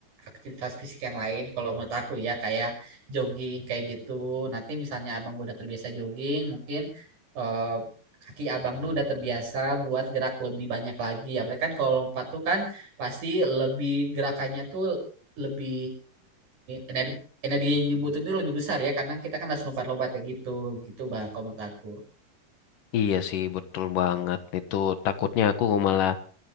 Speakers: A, on the right; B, on the left.
A: aktivitas fisik yang lain kalau menurut aku ya kayak jogging kayak gitu. Nanti misalnya abang udah terbiasa jogging, mungkin eh, kaki abang tuh udah terbiasa buat gerak lebih banyak lagi. Ya, Berarti kan kalau lompat tuh kan pasti lebih gerakannya tuh lebih energi energi yang dibutuhin tuh lebih besar ya karena kita kan harus lompat-lompat kayak gitu gitu bang kalau menurut aku
B: Iya sih, betul banget. Itu takutnya aku malah